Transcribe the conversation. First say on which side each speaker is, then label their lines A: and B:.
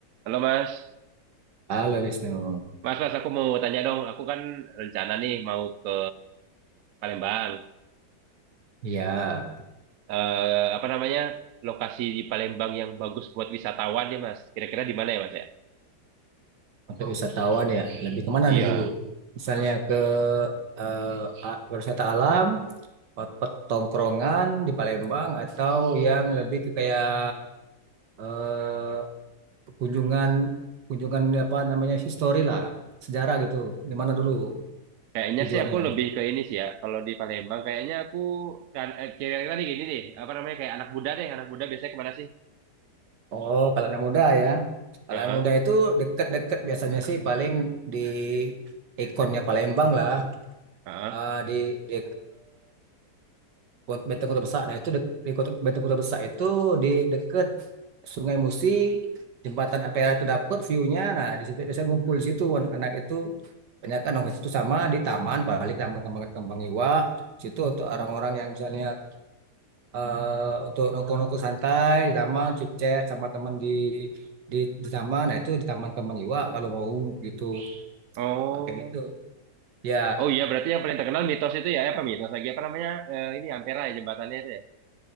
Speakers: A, on the right; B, on the right.
A: Halo Mas,
B: Halo Wisnu,
A: Mas Mas aku mau tanya dong, aku kan rencana nih mau ke Palembang.
B: ya
A: Eh, apa namanya lokasi di Palembang yang bagus buat wisatawan nih Mas? Kira-kira di mana ya Mas ya?
B: untuk wisatawan ya lebih kemana
A: Iya,
B: nih dulu? Misalnya ke eh, a- wisata alam, otak tongkrongan di Palembang atau yang lebih ke kayak eh, kunjungan kunjungan apa namanya history lah, sejarah gitu. Di mana dulu
A: kayaknya
B: tujuannya?
A: sih aku lebih ke ini sih ya. Kalau di Palembang kayaknya aku kan eh, kira-kira nih gini deh, apa namanya kayak anak muda deh, anak muda biasanya kemana sih?
B: Oh, kalau anak muda ya. Kalau
A: Heeh,
B: anak muda itu deket-deket biasanya sih paling di ikonnya Palembang lah,
A: heeh.
B: eh, di, di Kota Benteng Kota Besar. Nah, itu dek- di Kota Benteng Kota Besar itu di dekat Sungai Musi, jembatan Ampera itu dapat view-nya. Nah, di situ biasanya ngumpul di situ anak-anak itu banyak kan orang situ sama di taman balik taman kembang kembang iwa Di situ untuk orang-orang yang misalnya eh, untuk nongkrong-nongkrong santai di taman chat sama teman di di di taman nah itu di taman kembang iwa kalau mau gitu
A: Oh,
B: Ah, kayak gitu ya
A: oh iya berarti yang paling terkenal mitos itu ya apa mitos lagi apa namanya Eh, ini Ampera ya jembatannya itu ya?